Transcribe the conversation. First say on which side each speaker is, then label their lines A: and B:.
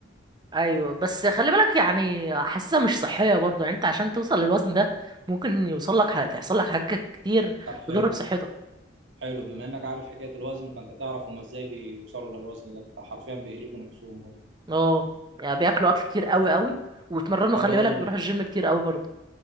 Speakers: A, on the right; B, on the right.
A: ايوه بس خلي بالك يعني حاسسها مش صحيه برضو يعني انت عشان توصل للوزن ده ممكن يوصل لك ح- تحصل لك حاجات كتير
B: طب حلو
A: تضر بصحتك
B: حلو بما انك عارف حكاية الوزن فانت تعرف هم ازاي بيوصلوا للوزن ده فحرفيا بيهلكوا نفسهم برضه
A: اه يعني بياكلوا اكل كتير قوي قوي ويتمرنوا
B: طب
A: خلي
B: اقول
A: بالك بيروحوا الجيم كتير قوي برضو